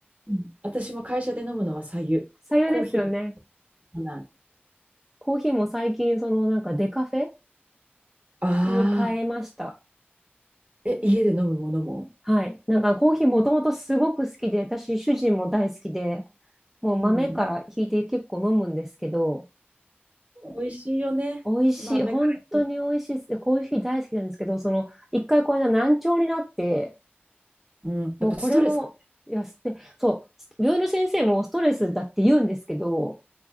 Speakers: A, on the right (about 35°); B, in the centre.
A: ん。私も会社で飲むのは白湯。
B: <laughs> 白湯ですよね。
A: コーヒーとか飲まない。
B: コーヒーも最近、その、なんかデカフェ
A: あ
B: に変えました。
A: あ。え、家で飲むものも
B: はい。なんかコーヒーもともとすごく好きで、私、主人も大好きで、もう豆からひいて結構飲むんですけど、
A: うん。美味しいよね。
B: 美味しい。
A: 豆から。
B: 本当に美味しいです。コーヒー大好きなんですけど、その、一回これが難聴になって、
A: うん。
B: もうこれも、
A: やっぱストレスか。
B: いや、すって、そう、す病院の先生もストレスだって言うんですけど、